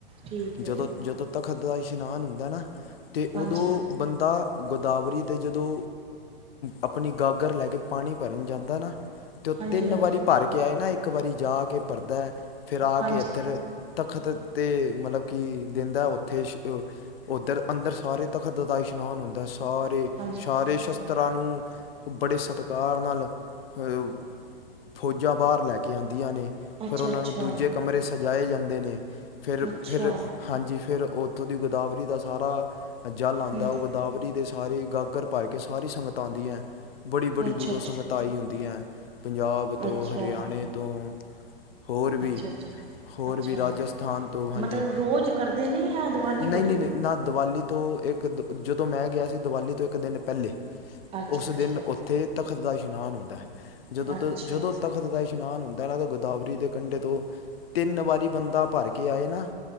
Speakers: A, on the right; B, on the left.
A: ਠੀਕ
B: ਜਦੋਂ
A: ਹੈ
B: ਜਦੋਂ ਤਖ਼ਤ ਦਾ ਇਸ਼ਨਾਨ ਹੁੰਦਾ ਨਾ, ਤੇ ਉਦੋਂ
A: ਹਾਂਜੀ
B: ਬੰਦਾ ਗੋਦਾਵਰੀ 'ਤੇ ਜਦੋਂ ਆਪਣੀ ਗਾਗਰ ਲੈ ਕੇ ਪਾਣੀ ਭਰਨ ਜਾਂਦਾ ਨਾ ਅਤੇ ਉਹ
A: ਹਾਂਜੀ
B: ਤਿੰਨ
A: ਹਾਂਜੀ
B: ਵਾਰੀ ਭਰ ਕੇ ਆਏ ਨਾ, ਇੱਕ ਵਾਰੀ ਜਾ ਕੇ ਭਰਦਾ ਫਿਰ ਆ
A: ਹਾਂਜੀ
B: ਕੇ ਇੱਥਰ ਤਖਤ ਤੇ ਮਤਲਬ ਕਿ ਦਿੰਦਾ ਉੱਥੇ ਔ ਉੱਧਰ ਅੰਦਰ ਸਾਰੇ ਤਖ਼ਤ ਦਾ ਹੀ ਇਸ਼ਨਾਨ ਹੁੰਦਾ ਸਾਰੇ
A: ਹਾਂਜੀ
B: ਸਾਰੇ ਸ਼ਸਤਰਾਂ
A: ਹਾਂਜੀ
B: ਨੂੰ ਬੜੇ ਸਤਿਕਾਰ ਨਾਲ ਅਹ ਫੌਜਾਂ ਬਾਹਰ ਲੈ ਕੇ ਆਉਂਦੀਆਂ ਨੇ,
A: ਅੱਛਾ
B: ਫਿਰ ਉਹਨਾਂ
A: ਅੱਛਾ
B: ਨੂੰ ਦੂਜੇ ਕਮਰੇ ਸਜਾਏ ਜਾਂਦੇ ਨੇ ਫਿਰ-ਫਿਰ
A: ਅੱਛਾ
B: ਹਾਂਜੀ ਫਿਰ ਉੱਥੋਂ ਦੀ ਗੋਦਾਵਰੀ ਦਾ ਸਾਰਾ ਜਲ ਆਉਦਾ,
A: ਹੂੰ
B: ਉਹ ਗੋਦਾਵਰੀ ਦੇ ਸਾਰੇ ਗਾਗਰ ਭਰ ਕੇ ਸਾਰੀ ਸੰਗਤ ਆਉਂਦੀ ਹੈ ਬੜੀ-ਬੜੀ
A: ਅੱਛਾ
B: ਦੂਰੋਂ ਸੰਗਤਾਂ ਆਈ ਹੂੰਦੀ ਹੈ, ਪੰਜਾਬ ਤੋਂ
A: ਅੱਛਾ ਅੱਛਾ
B: ਹਰਿਆਣੇ ਤੋਂ ਹੋਰ ਵੀ
A: ਅੱਛਾ ਅੱਛਾ
B: ਹੋਰ
A: ਅੱਛਾ
B: ਵੀ ਰਾਜਸਥਾਨ ਤੋਂ ਹਾਂਜੀ,
A: ਮਤਲਬ ਰੋਜ਼ ਕਰਦੇ ਨੇ ਜਾਂ ਦੀਵਾਲੀ
B: ਨਹੀਂ-ਨਹੀਂ-ਨਹੀਂ,
A: ਕੋਲ ਹੀ
B: ਨਾ ਦੀਵਾਲੀ ਤੋਂ ਇੱਕ ਦ! ਜਦੋਂ ਮੈਂ ਗਿਆ ਸੀ ਦੀਵਾਲੀ ਤੋਂ ਇੱਕ ਦਿਨ ਪਹਿਲੇ,
A: ਅੱਛਾ
B: ਉਸ
A: ਅੱਛਾ
B: ਦਿਨ ਉੱਥੇ? ਤਖ਼ਤ ਦਾ ਇਸ਼ਨਾਨ ਹੁੰਦਾ ਹੈ। ਜਦੋਂ ਤੱਕ?
A: ਅੱਛਾ
B: ਤਖਤ ਦਾ ਇਸ਼ਨਾਨ ਹੁੰਦਾ ਹੈ। ਗੋਦਾਵਰੀ ਦੇ ਕੰਢੇ ਤੋਂ ਤਿੰਨ ਵਾਰੀ ਬੰਦਾ ਭਰ ਕੇ ਆਏ ਨਾ?